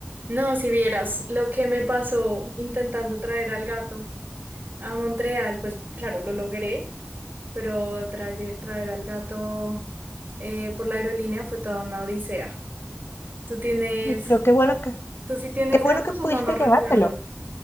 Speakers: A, on the right; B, on the left.
A: No, si vieras lo que me pasó intentando traer al gato a Montreal, pues claro, lo logré, pero traer, traer al gato eh, por la aerolínea fue toda una odisea. ¿Tú tienes,
B: Y creo que bueno que,
A: tú sí tienes
B: qué
A: gatos
B: bueno que pudiste
A: o no? No recuerdo.
B: llevártelo.